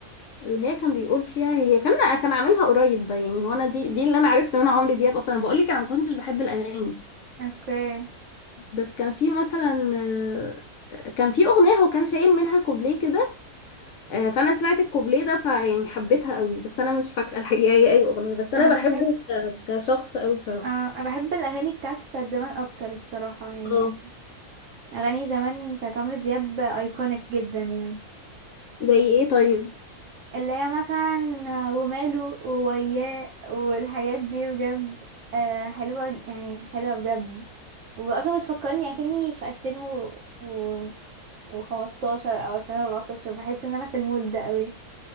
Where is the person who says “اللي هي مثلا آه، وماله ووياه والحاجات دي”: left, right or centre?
Right